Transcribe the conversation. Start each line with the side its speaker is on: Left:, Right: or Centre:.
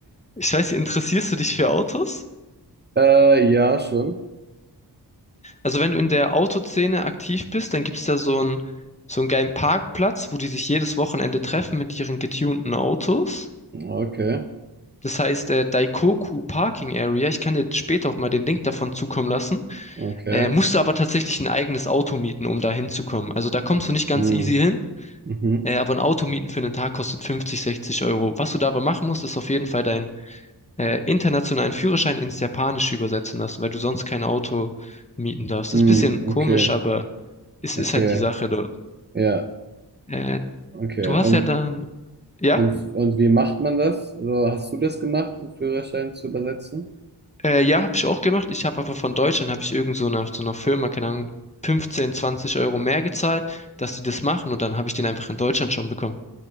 Left: ich weiß, nicht, interessierst du dich für Autos?
Right: Äh, ja, schon.
Left: Also wenn du in der Autoszene aktiv bist, dann gibt es da so einen, so einen geilen Parkplatz, wo die sich jedes Wochenende treffen mit ihren getunten Autos.
Right: Okay,
Left: Das heißt, äh, Daikoku Parking Area. Ich kann dir später auch mal den Link davon zukommen lassen.
Right: okay.
Left: Äh, musst du aber tatsächlich ein eigenes Auto mieten, um da hinzukommen. Also da kommst du nicht ganz
Right: Mm,
Left: easy hin,
Right: mhm,
Left: äh, aber ein Auto mieten für einen Tag kostet 50, 60 Euro. Was du dabei machen musst, ist auf jeden Fall deinen äh, internationalen Führerschein ins Japanische übersetzen lassen, weil du sonst kein Auto mieten darfst.
Right: mm,
Left: Ist ein bisschen komisch,
Right: okay,
Left: aber es ist
Right: okay,
Left: halt die Sache dort.
Right: ja,
Left: Äh,
Right: okay.
Left: du hast
Right: Und,
Left: ja dann, ja,
Right: und, und wie macht man das? So, hast du das gemacht, den Führerschein zu übersetzen?
Left: äh, ja, habe ich auch gemacht. Ich habe aber von Deutschland, habe ich irgend so einer, so einer Firma, keine Ahnung, 15, 20 Euro mehr gezahlt, dass die das machen und dann habe ich den einfach in Deutschland schon bekommen.